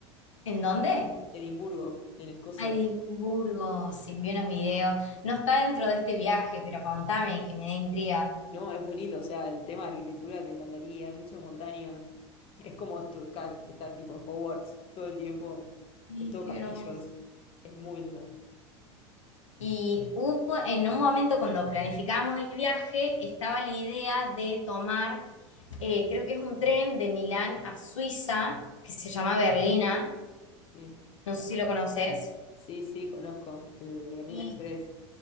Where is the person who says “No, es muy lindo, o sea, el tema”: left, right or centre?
Left